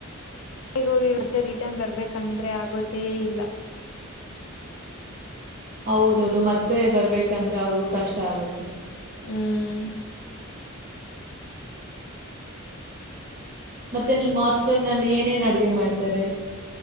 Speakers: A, on the left; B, on the right.
A: ಹೇಗ ಹೋಗಿರುತ್ತೆ ರಿಟರ್ನ್ ಬರ್ಬೇಕಂದ್ರೆ ಆಗೋದೇ ಇಲ್ಲ
B: ಹೌದೌದು ಮತ್ತೆ ಬರ್ಬೇಕಂದ್ರೆ ಅವ್ರಿಗೂ ಕಷ್ಟ ಆಗುತ್ತೆ
A: ಹ್ಮ್
B: ಮತ್ತೆ ನಿಮ್ಮ್ ಹಾಸ್ಟೆಲ್ ನಲ್ಲಿ ಏನೇನ್ ಅಡುಗೆ ಮಾಡ್ತಾರೆ